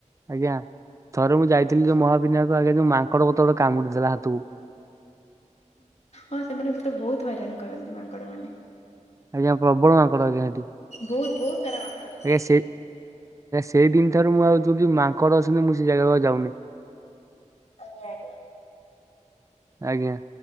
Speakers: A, on the right (about 25°); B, on the left (about 55°).
A: ଆଜ୍ଞା, ଥରେ ମୁଁ ଯାଇଥିଲି ମହାବିନାୟକ ଆଜ୍ଞା ଯଉ ମାଙ୍କଡ଼ କାମୁଡ଼ି ଦେଲା ହାତୁକୁ।
B: ହଁ ତ ବହୁତୁ ହଇରାଣ କରନ୍ତି ମାଙ୍କଡ଼ ମାନେ।
A: ଆଜ୍ଞା, ପ୍ରବଳ ମାଙ୍କଡ଼ ଆଜ୍ଞା ହେଟି।
B: ବହୁତ ବହୁତ ସାରା ମାଙ୍କଡ ଅଛି
A: ଆଜ୍ଞା ସେ ସେଇ ଦିନ୍‌ ଠାରୁ ମୁଁ ଆଉ ଯଉଠି ମାଙ୍କଡ଼ ଅଛନ୍ତି, ମୁଁ ସେ ଜାଗାକୁ ଆଉ ଯାଉନି।
B: <inaudible>
A: ଆଜ୍ଞା।